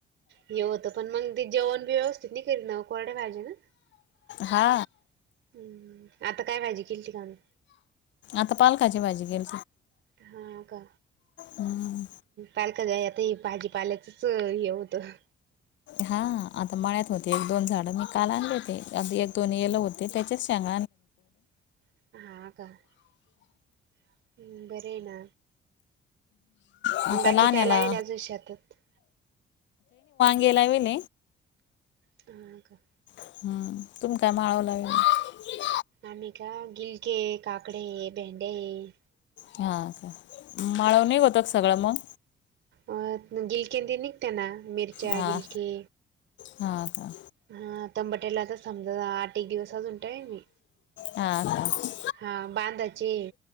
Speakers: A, on the right; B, on the left.
A: हे होत पण मग ते जेवण व्यवस्थ केर न कोरे भा्याजन हम्म
B: हा
A: आता काय पाहिजे किल ठिकाण
B: आता पालकाची भाजी गेली
A: हा का
B: हम्म
A: पालक जा आता भाजीपाल्याचच हे होतं
B: हा आता मळ्यात होते एक दोन झाड मी कालान देते एक दोन येल होते त्याचेच सांग
A: <inaudible> हा काम् बरे ना
B: आता
A: बाकी
B: लहाण्याला
A: काय लावेलाजशतात
B: गेला म
A: स का
B: हम्म तुम काय माळवं लागेल
A: आम् का गिलके काकडे आहे भेंडे्या आहे
B: हा माळवून होत का सगळं मग
A: अ गिलकंंद निघते ना मिरच्या
B: हा
A: गिलकी
B: हा का
A: हा तंबटेला आ तर समजा आठ एक दिवसात उटेल मी
B: हा का
A: हा बांधाची.